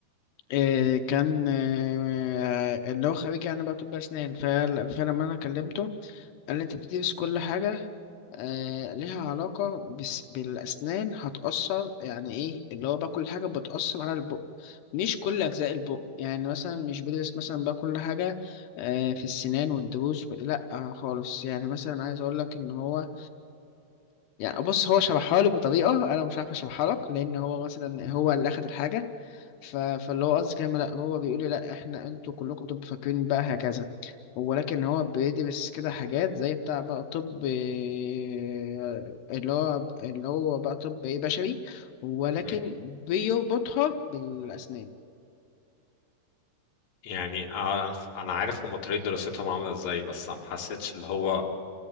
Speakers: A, on the left; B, on the left.
A: إيه كان إيه اللي هو خريج يعني بقى طب أسنان فال- فلما أنا كلمته قال لي أنت بتدرس كل حاجة آه ليها علاقة بس بالأسنان هتأثر يعني إيه اللي هو بقى كل حاجة بتأثر على البق مش كل أجزاء البق يعني مثلا مش بدرس مثلا بقى كل حاجة آه في السنان والضروس وب- لأ آه خالص يعني مثلا عايز أقول لك إن هو يعني بص هو شرحها لي بطريقة أنا مش عارف أشرحها لك لأن هو مثلا هو اللي أخد الحاجة ف... فاللي هو قصدي كلام لا هو بيقول لي لا احنا انتوا كلكم بتبقوا فاكرين بقى هكذا ولكن هو بيدرس كده حاجات زي بتاع بقى طب إيه، اللي هو اللي هو بقى طب ايه بشري ولكن
B: مم،
A: بيربطها بالأسنان
B: يعني أعرف- أنا عارف هما طريقة دراستهم عاملة إزاي بس أنا ما حسيتش اللي هو